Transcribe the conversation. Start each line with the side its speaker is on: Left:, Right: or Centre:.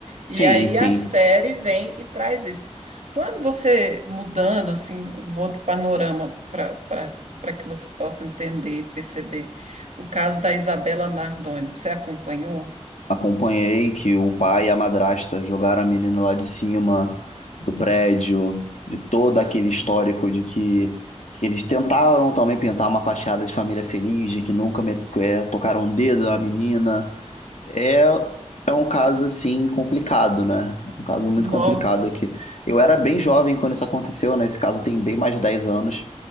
Right: E
Left: Sim,
Right: aí
Left: sim.
Right: a série vem e traz isso. Quando você mudando assim um outro panorama para para que você possa entender e perceber o caso da Isabela Nardoni, você acompanhou?
Left: Acompanhei que o pai e a madrasta jogaram a menina lá de cima do prédio, de todo aquele histórico de que, que eles tentaram também pintar uma fachada de família feliz, de que nunca me- eh, tocaram o dedo na menina. É, é um caso assim complicado, né? Um caso muito
Right: Nossa.
Left: complicado aqui. Eu era bem jovem quando isso aconteceu, né? Esse caso tem bem mais de 10 anos.